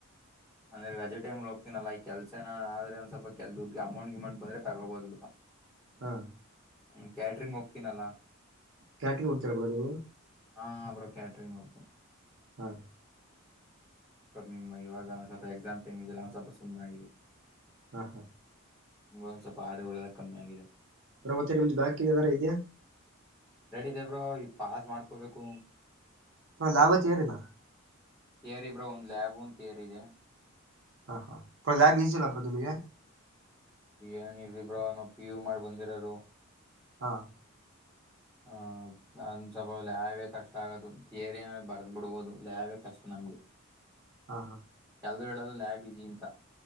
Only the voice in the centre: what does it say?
ಅಂದ್ರೆ ರಜೆಟೈಮ್ ಹೋಗ್ತನಲ್ಲ ಈ ಕೆಲ್ಸನ ಆದ್ರೆ ಒಂದ ಸ್ವಲ್ಪಲ್ ದುಡ್ಡುಡ ಅಮೌಂಟ್ ಗಮೌಂಟ್ ಬಂದ್ರೆ ತಗೋಬಹದು ಬಿಟ್ಟಾ
ಹ್ಮ ಕ್ಯಾಟ್ರಿಂಗ್ ಹೋಗ್ತೀನಲ್ಲಾ
ಹಾರೋ ಕ್ಯಾಟ್ರಂಗ್ ಹೋಗ್ತ
ಕಮ್ಮಿಮ್ಮ ಇವಾಗ ಅವ್ ಸ್ವಲ್ಪ ಎಕ್ಸಾಮ್ ಟೈಮ್ ಇದೆಲ್ಲ ಅವ್ ಸ್ವಲ್ಪ ಸುಮ್ನೆ ಇ
ಒಂದ್ ಸ್ವಲ್ಪ ಹಾಡುಗಳಳ್ಳೆ ಕಮ್ಮಿ ಆಗಿದೆ
ಇದೇ ಬ್ರೋ ಈ ಪಾಸ್ ಮಾಡ್ಕೋಬೇಕು
ಏರಿಬ್ರೋ ಒಂದು ಲ್ಯಾಬ್ ಅಂತ ಏರಿದೆ
ಏನ್ ಇರ್ದಿಬ್ರೋ ನೊ ಪಿ ಯು ಮಾಡ್ ಬಂದಿರರು
ಆಹ್ ಅಂದ ಸ್ವಭ ಲ್ಯವೇ ಕಷ್ಟ ಆಗೋದು ಯರಿಯನ ಬರ್ದ್ ಬಿಡ್ಬೋದು ಲಲ್ಯವೇ ಕಷ್ಟ ನಮ್ಗೆ
ಕೆಲ ಹೇಳದು ಲ್ಯಾಬ್ ಬಸಿ ಅಂತ